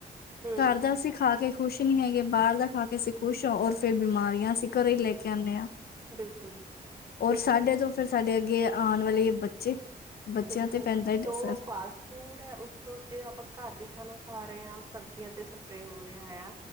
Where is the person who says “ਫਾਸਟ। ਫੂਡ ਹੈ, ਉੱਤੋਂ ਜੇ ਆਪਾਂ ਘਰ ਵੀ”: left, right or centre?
Right